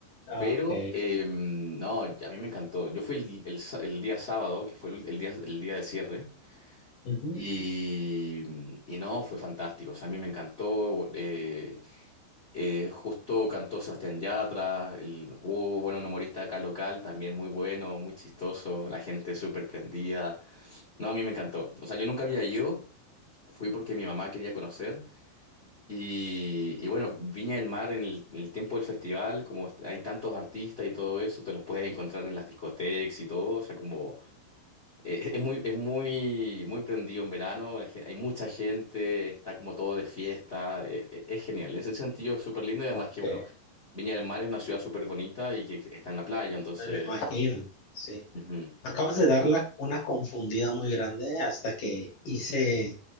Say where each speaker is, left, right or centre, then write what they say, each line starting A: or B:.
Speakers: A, on the left; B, on the left.
A: Ah,
B: pero
A: ok.
B: eh, no, a mí me encantó. Yo fui el, el sa- el día sábado, que fue el, el día, el día de cierre,
A: Ujú.
B: y, y no, fue fantástico. O sea, a mí me encantó. eh, eh, justo cantó Sebastián Yatra, el, hubo, bueno, un humorista acá local, también muy bueno, muy chistoso, la gente súper prendida. No, a mí me encantó. O sea, yo nunca había ido, fui porque mi mamá quería conocer. Y, y bueno, Viña del Mar en el, en el tiempo del festival, como est- hay tantos artistas y todo eso, te los puedes encontrar en las discotecas y todo, o sea, como eh, es muy, es muy, muy prendido en verano, la gen- hay mucha gente, está como todo de fiesta, eh, eh, es genial, en ese sentido es súper lindo y además
A: Ok,
B: que, bueno, Viña del Mar es una ciudad súper bonita y que está en la playa, entonces...
A: me lo imagino, sí.
B: ujú.
A: Acabas de dar la- una confundida muy grande hasta que hice,